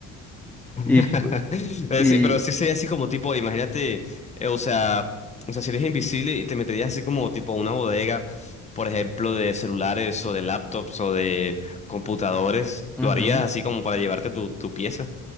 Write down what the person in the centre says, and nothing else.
Y, pu-
y
ujú,